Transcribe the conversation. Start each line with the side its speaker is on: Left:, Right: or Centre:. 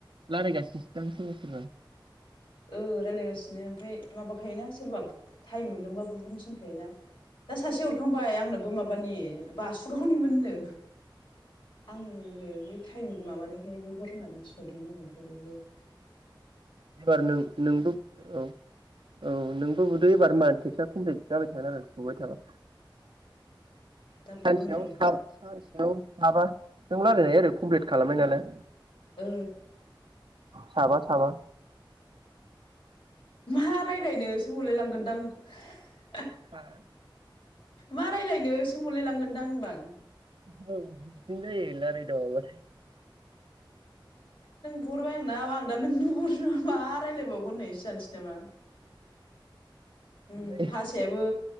Right: लारायगासिनोसो दां सोरबा सोरबा
Left: ओ रायलायगासिनो ओमफ्राय माबाखायोना सोरबा टाइम मोन्दोंबा बुहरनो थिनखायोना? दा सासे हरखांबाय आंनोबो माब बानि ओब बासुगावनिमोननो आंनो मिथ टाइम माबानायखाय बहर होननानै थिनहरदोंमोन आरो बिबो
Right: एबार नों नोंबो औ औ नोंबो बुदो एबार मा टेक्सटआ कमप्लिट जाबाय थागोन आरो बुबाय थाबा।
Left: दा बुगोन
Right: सानसेयाव
Left: र' ओ
Right: सा सानसेयाव साबा नों रालायनाय ओरै कमप्लिट खालामबाय नालाय।
Left: ओ
Right: साबा साबा
Left: उम मा रायलायनोसो मोनलायलांगोन । दां
Right: हो
Left: मा रायलायनो सोंहरलाय लांगोनदां होनबा आं
Right: औ बिदिनो जायो लाराय दावाबाथाय।
Left: बुरबाय आंनाव आं दा नोंनो <unintelligible> ना मा रायज्लायबावगोन होननाय सो जानोसै नामा? उम
Right: बिदिनो
Left: भासायाबो